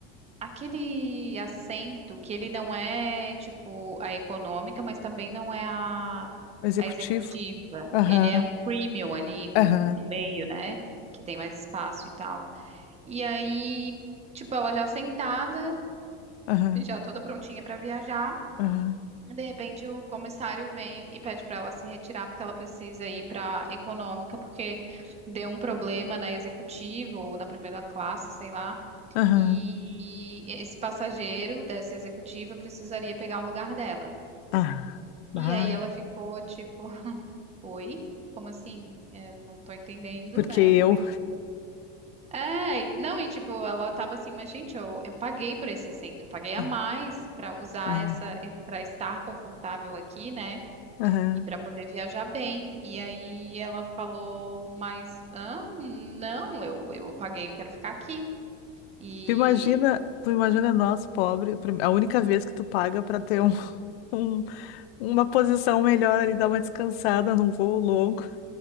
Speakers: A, on the right (about 20°); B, on the left (about 80°).
A: Aquele assento que ele não é, tipo, a econômica, mas também não é a,
B: O executivo.
A: a executiva.
B: Aham,
A: Ele é um premium ali no,
B: aham,
A: no meio, né? Que tem mais espaço e tal. E aí, tipo, ela já sentada,
B: aham,
A: já toda prontinha para viajar.
B: aham,
A: De repente, o comissário vem e pede para ela se retirar porque ela precisa ir para econômica porque deu um problema na executiva ou na primeira classe, sei lá.
B: aham.
A: E esse passageiro dessa executiva precisaria pegar o lugar dela.
B: Ah, bah.
A: E aí ela ficou tipo, <laughs> oi? Como assim? É, não tô entendendo,
B: Porque
A: né?
B: eu.
A: Pois. É, e- não, e tipo, ela tava assim, mas gente, eu, eu paguei por esse assento, eu paguei a
B: Ah,
A: mais pra usar
B: ah,
A: essa, pra estar confortável aqui, né?
B: aham.
A: E pra poder viajar bem. E aí ela falou, mas, ah, não, eu, eu paguei, eu quero ficar aqui. E
B: Tu imagina, tu imagina nós, pobre, a prim- a única vez que tu paga pra ter um, <laughs> um- uma posição melhor ali, dar uma descansada num voo longo.